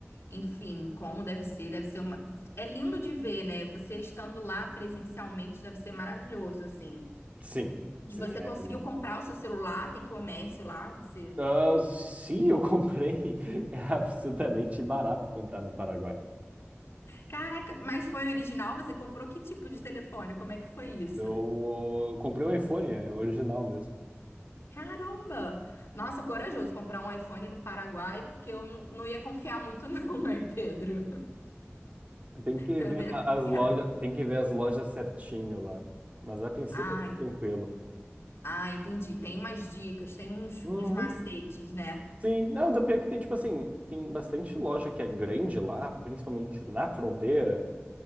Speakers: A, on the left (about 65°); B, on the right (about 30°).
A: enfim, como deve ser, deve ser uma... É lindo de ver, né? Você estando lá presencialmente deve ser maravilhoso, assim.
B: Sim,
A: E
B: sim,
A: você
B: é
A: conseguiu
B: lindo.
A: comprar o seu celular, tem comércio lá, você...
B: Ah, sim, eu comprei, <laughs> é absurdamente barato comprar no Paraguai.
A: Caraca, mas foi original? Você comprou que tipo de telefone? Como é que foi isso?
B: Eu comprei um iPhone, é original mesmo.
A: Caramba! Nossa, corajoso comprar um iPhone no Paraguai, porque eu não não ia confiar muito, não, <laughs> né, Pedro?
B: Tem que
A: Eu
B: ver
A: não ia confiar.
B: as lojas, tem que ver as lojas certinho lá. Mas a princípio
A: Ah, en-
B: é tranquilo.
A: ah, entendi. Tem umas dicas, tem uns,
B: Uhum.
A: uns macetes, né?
B: Sim, não, da pior é que tem, tipo assim, tem bastante loja que é grande lá, principalmente na fronteira,